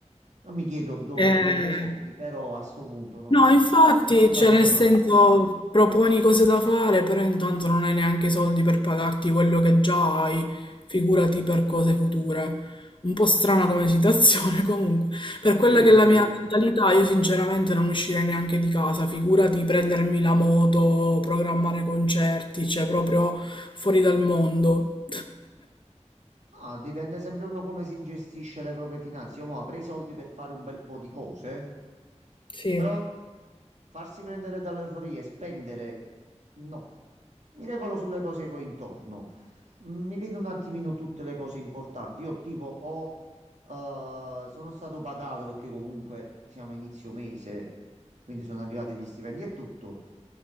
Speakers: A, on the right; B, on the left.
A: Non mi chiedo dove
B: Eh,
A: prende i soldi, però a sto punto non...
B: no, infatti,
A: Posso di farmi
B: cioè, nel
A: domande.
B: senso, proponi cose da fare, però intanto non hai neanche i soldi per pagarti quello che già hai, figurati per cose future. Un po' strana come situazione, <laughs> comunque. Per
A: Sì,
B: quella che è la
A: sì.
B: mia mentalità, io sinceramente non uscirei neanche di casa, figurati prendermi la moto, programmare concerti, cioè proprio fuori dal mondo.
A: No, dipende sempre uno come si gestisce le proprie finanze. Io mo avrei i soldi per fare un bel po' di cose,
B: Sì.
A: però farsi prendere dall'euforia e spendere, no. Mi regolo sulle cose che ho intorno. Mi vedo un attimino tutte le cose importanti. Io tipo ho, eh, sono stato pagato perché comunque siamo a inizio mese, quindi sono arrivati gli stipendi e tutto.